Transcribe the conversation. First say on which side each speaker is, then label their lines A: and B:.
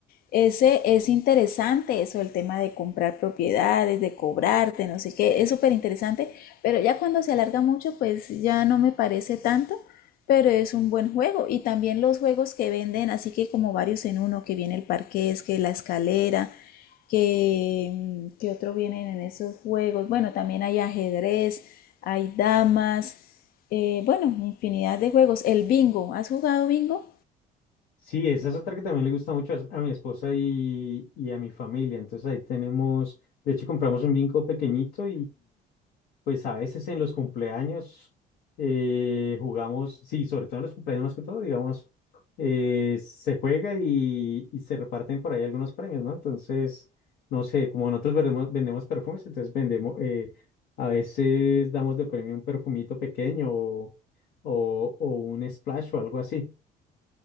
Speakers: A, on the left; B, on the left.
A: Ese es interesante, eso, el tema de comprar propiedades, de cobrarte, no sé qué, es súper interesante, pero ya cuando se alarga mucho, pues ya no me parece tanto pero es un buen juego. Y también los juegos que venden, así que como varios en uno, que viene el parqués, que la escalera, que, mm, que otro vienen en esos juegos. Bueno, también hay ajedrez, hay damas, eh, bueno, infinidad de juegos. El bingo, ¿has jugado bingo?
B: Sí, esa es otra que también le gusta mucho a, a mi esposa y, y a mi familia. Entonces ahí tenemos, de hecho compramos un vinco pequeñito Pues a veces en los cumpleaños eh, jugamos, sí, sobre todo en los cumpleaños más que todo, digamos, eh, se juega y, y se reparten por ahí algunos premios, ¿no? Entonces, no sé, como nosotros vendemos, vendemos perfumes, entonces vendemos, eh, a veces damos de premio un perfumito pequeño o, o, o un splash o algo así.